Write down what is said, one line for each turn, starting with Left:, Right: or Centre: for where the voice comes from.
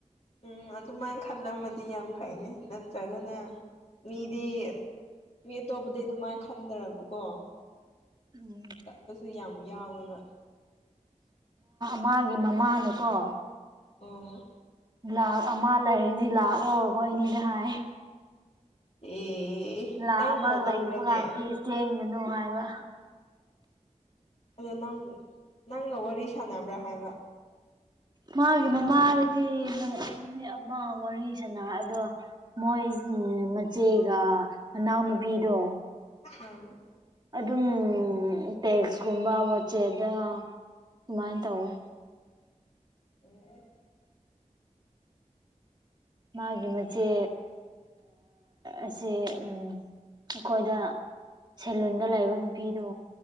Left: ꯎꯝ ꯑꯗꯨꯃꯥꯏꯅ ꯈꯟꯂꯝꯃꯗꯤ ꯌꯥꯝ ꯐꯩꯅꯦ ꯅꯠꯇ꯭ꯔꯒꯅ ꯃꯤꯗꯤ ꯃꯤ ꯑꯇꯣꯞꯄꯗꯤ ꯑꯗꯨꯃꯥꯏꯅ ꯈꯟꯗ꯭ꯔꯒꯀꯣ
Right: ꯎꯝ
Left: ꯆꯠꯄꯁꯨ ꯌꯥꯝ ꯌꯥꯎꯋꯦꯕ
Right: ꯃꯥꯒꯤ ꯃꯃꯥꯅꯀꯣ
Left: ꯑꯣ
Right: ꯂꯥꯛ ꯑꯃ ꯂꯩꯔꯗꯤ ꯂꯥꯛꯑꯣ ꯈꯣꯏꯅꯤꯗ ꯍꯥꯏ
Left: ꯑꯦ
Right: ꯂꯥꯛ
Left: ꯅꯪ
Right: ꯑꯃ
Left: ꯀꯣꯜ
Right: ꯂꯩꯕ
Left: ꯇꯧꯕ꯭ꯔꯥꯅꯦ
Right: ꯀꯥꯟꯗꯤ ꯆꯦꯟꯒꯅꯨ ꯍꯥꯏꯕ
Left: ꯑꯗꯣ ꯅꯪ ꯅꯪꯒ ꯋꯥꯔꯤ ꯁꯥꯟꯅꯕ꯭ꯔꯥ ꯍꯥꯏꯕ
Right: ꯃꯥꯒꯤ ꯃꯃꯥꯗꯗꯤ ꯅꯨ ꯑꯃ ꯋꯥꯔꯤ ꯁꯅꯔ ꯑꯗꯣ ꯃꯣꯏ ꯃꯆꯦꯒ ꯃꯅꯥꯎꯅꯨꯕꯤꯗꯣ
Left: ꯑ
Right: ꯑꯗꯨꯝ ꯇꯦꯛꯁꯀꯨꯝꯕ ꯋꯥꯆꯦꯞꯗ ꯁꯨꯃꯥꯏꯅ ꯇꯧꯋꯦ
Left: ꯑꯣ
Right: ꯃꯥꯒꯤ ꯃꯆꯦ ꯑꯁꯦ ꯎ ꯑꯩꯈꯣꯏꯗ ꯁꯦꯂꯨꯟꯗ ꯂꯩꯕ ꯅꯨꯄꯤꯗꯨ